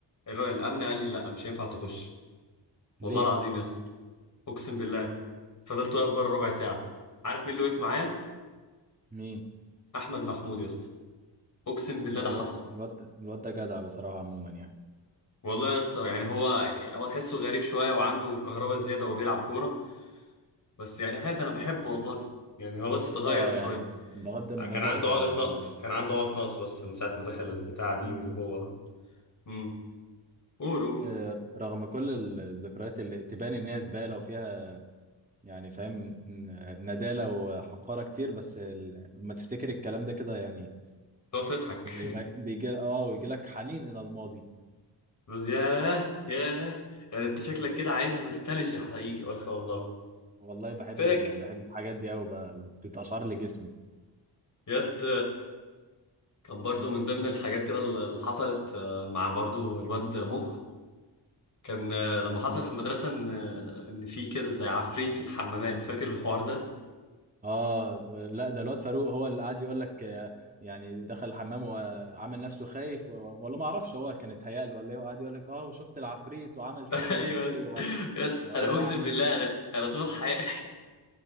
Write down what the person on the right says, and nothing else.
ليه
مين
هو
الواد
الواد الواد ده جدع بصراحة عموما يعني
يا
اسطى
يعني بغض النظر
آه،
يعني
مم،
آه، رغم كل الذكريات اللي تبان ان هي زبالة وفيها يعني فاهم ن- ندالة وحقارة كتير بس ال- لما تفتكر الكلام ده كده يعني
زي ما بيجي اه ويجي لك حنين إلى الماضي
والله بحب
ال... بحب الحاجات دي أوي ب- بتقشعر لي جسمي
اه لا ده الواد فاروق هو اللي قاعد يقول لك آه، يعني دخل الحمام وعامل نفسه خايف و... ولا ما اعرفش هو كان اتهيأ له ولا ايه وقعد يقول لك اه وشفت العفريت وعمل
فيا
ايه
و...
وقلعني